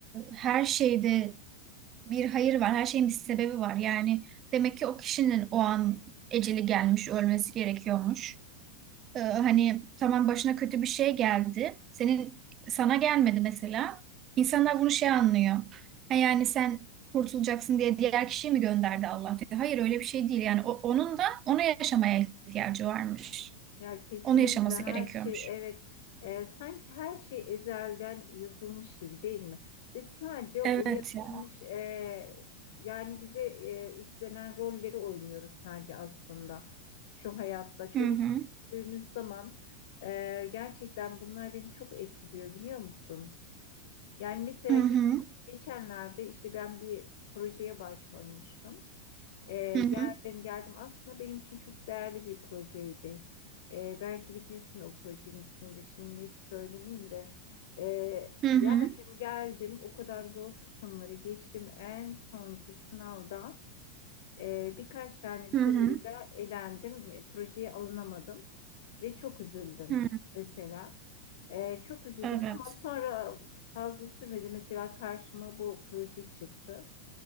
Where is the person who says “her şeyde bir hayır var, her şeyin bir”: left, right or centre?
Right